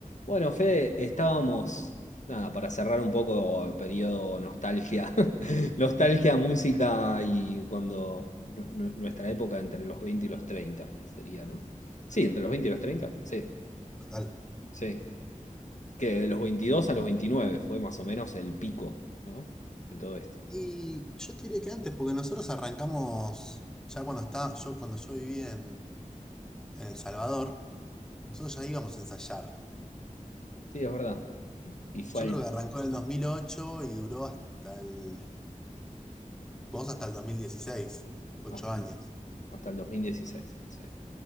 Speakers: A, on the left; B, in the centre.
A: Bueno, Fede, estábamos, nada, para cerrar un poco el periodo nostalgia, <laughs> nostalgia, música y cuando nu- nu- nuestra época entre los 20 y los 30, sería, ¿no? Sí, entre los veinte y los treinta. sí,
B: Total.
A: sí. Que de los 22 a los 29 fue más o menos el pico, ¿no? De todo esto.
B: Y yo te diré que antes, porque nosotros arrancamos, ya cuando estaba, yo cuando yo viví en, en El Salvador, nosotros ya íbamos a ensayar.
A: Sí, es verdad. Y fue
B: Yo creo que arrancó en el 2008 y duró hasta el, vos hasta el 2016, ocho
A: al-
B: años.
A: Hasta el dos mil dieciséis sí.